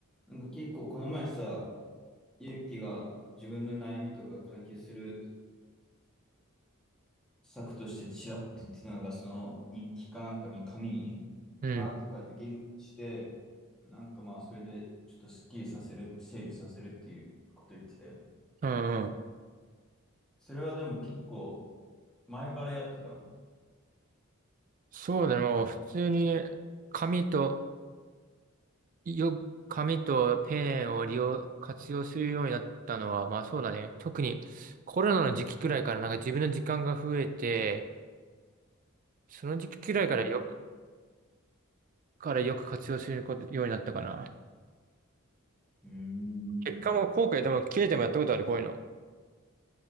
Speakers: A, in the centre; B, on the right (about 40°).
A: なんか結構この前さ、ゆうきが自分の悩みとか解決する策としてちらっと言ってたのが、その日記かなんかに紙にバーって書いて言語化して、
B: うん、
A: なんかまあそれでちょっとスッキリさせる、整理させるっていうこと言ってたよね。
B: うんうん。
A: それはでも結構前からやってたの。
B: そうだね。もう普通に紙と、よ、紙とペンを利用、活用するようになったのは、まあそうだね。特にコロナの時期くらいからなんか自分の時間が増えて、その時期くらいからよく、
A: うん。
B: からよく活用すること、ようになったかな。
A: うーん
B: 結果も後悔でも切れてもやったことある、こういうの。